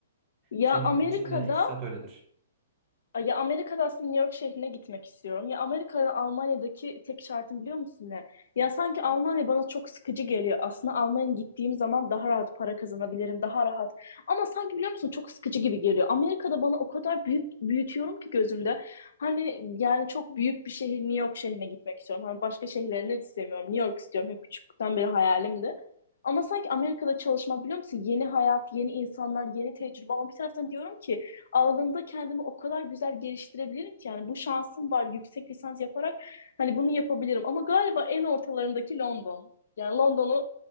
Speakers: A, on the left; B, on the right.
A: Ya
B: Senin
A: Amerika'da
B: için de iktisat öyledir.
A: Ya Amerika'da aslında New York şehrine gitmek istiyorum. Ya Amerika'da Almanya'daki tek şartım biliyor musun ne? Ya sanki Almanya bana çok sıkıcı geliyor. Aslında Almanya'ya gittiğim zaman daha rahat para kazanabilirim, daha rahat. Ama sanki biliyor musun çok sıkıcı gibi geliyor. Amerika'da bana o kadar büyük büyütüyorum ki gözümde. Hani yani çok büyük bir şehir New York şehrine gitmek istiyorum. Hani başka şehirlerini de istemiyorum. New York istiyorum. Hep küçüklükten beri hayalimdi. Ama sanki Amerika'da çalışmak biliyor musun? Yeni hayat, yeni insanlar, yeni tecrübe. Ama bir taraftan diyorum ki alanında kendimi o kadar güzel geliştirebilirim ki yani bu şansım var yüksek lisans yaparak hani bunu yapabilirim ama galiba en ortalarındaki London. Yani London'u